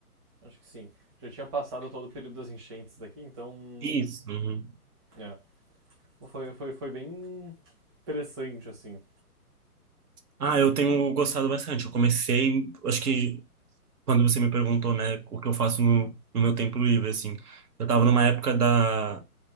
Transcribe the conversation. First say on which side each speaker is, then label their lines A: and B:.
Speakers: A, on the right; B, on the right.
A: acho que sim. Já tinha passado todo o período das enchentes daqui, então.
B: Isso. Uhum.
A: É. Foi, foi, foi bem interessante, assim.
B: Ah, eu tenho gostado bastante. Eu comecei, acho que quando você me perguntou, né, o que eu faço no, no meu tempo livre, assim, eu tava numa época da,